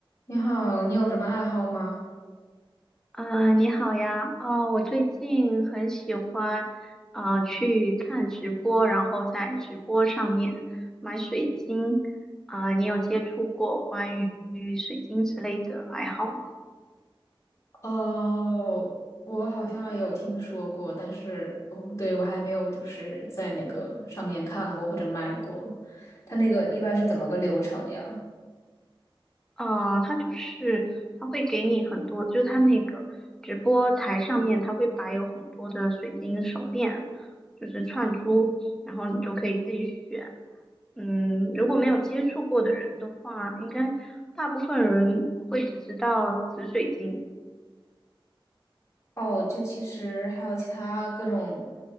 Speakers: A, on the left; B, in the centre.
A: 你好，你有什么爱好吗？
B: 啊，你好呀，哦，我最近很喜欢，啊去看直播，然后在直播上面买水晶，啊，你有接触过关于于水晶之类的爱好吗？
A: 哦，我好像有听说过，但是哦不对，我还没有就是在那个上面看过或者买过。它那个一般是怎么个流程呀？
B: 啊，它就是它会给你很多，就是它那个直播台上面，它会摆有很多的水晶手链，就是串珠，然后你就可以自己选。嗯，如果没有接触过的人的话，应该大部分人会只知道紫水晶，
A: 哦，就其实还有其他各种，